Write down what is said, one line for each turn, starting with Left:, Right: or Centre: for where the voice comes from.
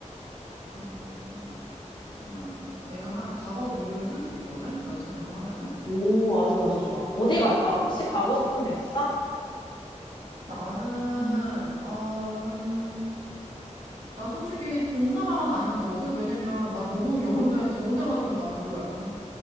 Right: 금, 토, 하나, 둘, 셋. 내가 한 4박 5일은 쓸 수 있거든? 연차 내고 하면은?
Left: 응오 아주 아주 좋아 어디
Right: 어.
Left: 갈까 혹시 가고 싶은 데 있어?
Right: 나는,
Left: 음.
Right: 음, 나 솔직히 동남아만 아니면 되거든? 왜냐면 나 너무 여름에
Left: <laughs>
Right: 더운 데 가는 거 나 별로야.